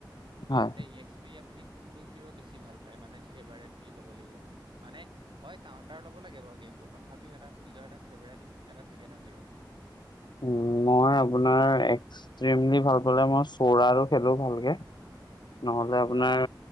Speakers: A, on the left (about 65°); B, on the right (about 80°).
A: হয়
B: এতিয়া ই এক্স পি আপুনি কোনটো হিৰ' বেছি ভাল পায় মানে ফেভাৰেট বুলি। ল'ব লাগিব। মানে হয় কউণ্টাৰ ল'ব লাগে বাৰু গেমটোত, তথাপিও এটা নিজৰ এটা ফেভাৰেট এটা থাকে ন হিৰ'।
A: উম্, মই আপোনাৰ এক্সট্ৰিমলি ভাল পালে, মই চোৰা খেলো ভালকে। নহ'লে
B: চ'ৰা,
A: আপোনাৰ,